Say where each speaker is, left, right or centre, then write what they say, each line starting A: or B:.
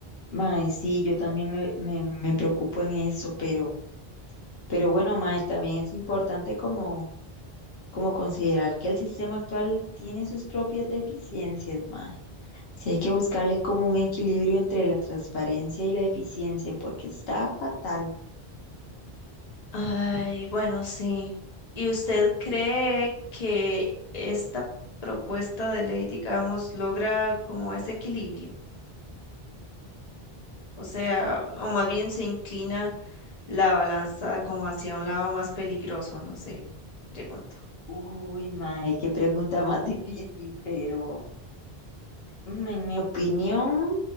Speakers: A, on the left; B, on the left.
A: Mae, sí, yo también me, me, me preocupo en eso, pero, pero bueno, mae, también es importante como, como considerar que el sistema actual tiene sus propias deficiencias, mae. Sí hay que buscarle como un equilibrio entre la transparencia y la eficiencia, porque está fatal.
B: Ay, bueno, sí. ¿Y usted cree que esta propuesta de ley, digamos, logra como ese equilibrio? O sea, o más bien se inclina la balanza como hacia un lado más peligroso, no sé, pregunto.
A: Uy, mae, qué pregunta más <laughs> difícil, pero mm, en mi opinión,